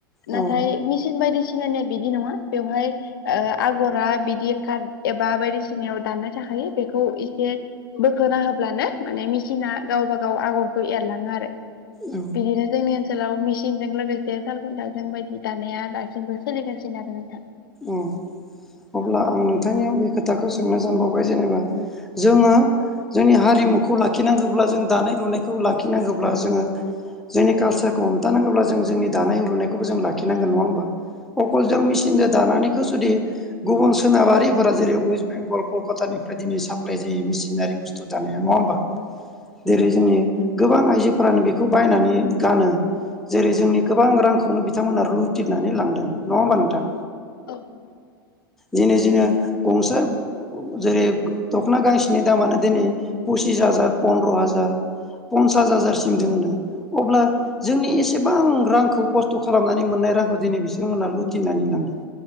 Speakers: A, in the centre; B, on the left.
A: औ
B: नाथाय मेसिन बायदिसिनानिया बिदि नङा बेवहाय ओ आगरा बिदि काट एबा बायदिसिनायाव दाननाय थाखायो बेखौ इसे बोखोना होब्लानो माने मिसिना गावबा गाव आगरखौ एरलाङो आरो
A: औ
B: बिदिनो जोंनि ओन सोलाव मेसिंनजों लोगोसे सालखुन्थाजों बायदि दानाया दासिमबो सोलिगासिनो आरो नोंथां
A: उम अब्ला
B: औ
A: आं नोंथांनियाव बे खोथाखौ सोंनो सानबावबाय जेनेबा जोङो जोंनि हारिमुखौ लाखिनांगोब्ला जों दानाय लुनायखौ लाखिनांगोब्ला जोङो जोंनि कालसारखौ हमथानांगोब्ला जों जोंनि दानाय लुनायखौबो जों लाखिनांगोन नङा होमबा अकल जों
B: औ
A: मेसिनजो इखो जुदि गुबुन सोनाबारिफोरा जेरै वेस्टबेंगल कलकतानिफ्राय दिनै साप्लाय जि मिसिनारि बुस्थु दानाया नङा होनोमबा जेरै जोंनि गोबां आइजोफोरानो बेखौ बायनानै गानो। जेरै जोंनि गोबां रांखौनो बिथांमोना रुयतितनानै लांदों नङा होमबा नोंथां
B: औ उम
A: दिनै जेनो गंसे जेरै दखना गांसेनि दामानो दिनै पुस पसिस हाजार फन्द्रहाजार पन्सास हाजारसिम दोङोनो अब्ला जोंनि एसेबां रांखौ खस्थ खालामनानै मोननाय रांखौ दिनै बिसिमोना लुथिनानै लांदों